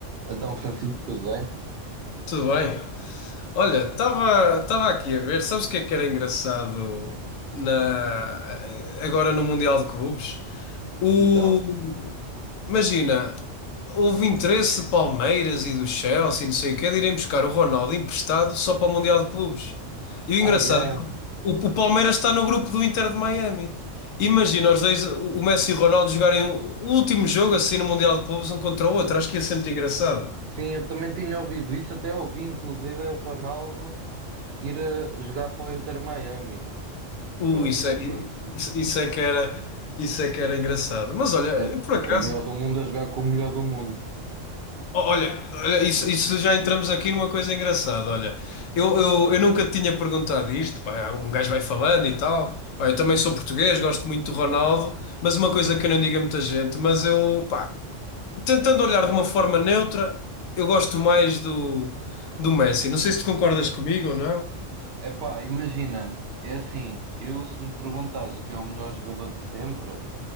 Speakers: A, on the right; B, on the left.
A: Então, Francisco, tudo bem?
B: Tudo bem? Olha, estava estava aqui a ver, sabes o que é que era engraçado na, agora no Mundial de Clubes? O,
A: Então,
B: imagina, houve interesse de Palmeiras e do Chelsea, não sei o quê, de irem buscar o Ronaldo emprestado só para o Mundial de Clubes. E
A: ah,
B: o engraçado
A: yeah.
B: é que o, o Palmeiras está no grupo do Inter de Miami. Imagina os dois, o Messi e o Ronaldo, jogarem o último jogo assim no Mundial de Clubes, um contra o outro. Acho que ia ser muito engraçado.
A: Sim, eu também tinha ouvido isso, até ouvi inclusive é o Ronaldo ir a jogar para o Inter Miami.
B: Uh,
A: Pronto,
B: isso
A: pá,
B: é,
A: pronto.
B: isso, isso é que era, isso é que era engraçado. Mas olha,
A: Era
B: por acaso,
A: o melhor do mundo a jogar com o melhor do mundo.
B: ó, olha, olha, isso, isso já entramos aqui numa coisa engraçada. Olha, eu, eu, eu nunca te tinha perguntado isto, pá, um gajo vai falando e tal. Pá, eu também sou português, gosto muito do Ronaldo, mas uma coisa que eu não digo a muita gente, mas eu, pá, tentando olhar de uma forma neutra, eu gosto mais do, do Messi. Não sei se tu concordas comigo ou não.
A: Epá, imagina, é assim, eu se me perguntares que é o melhor jogador de sempre,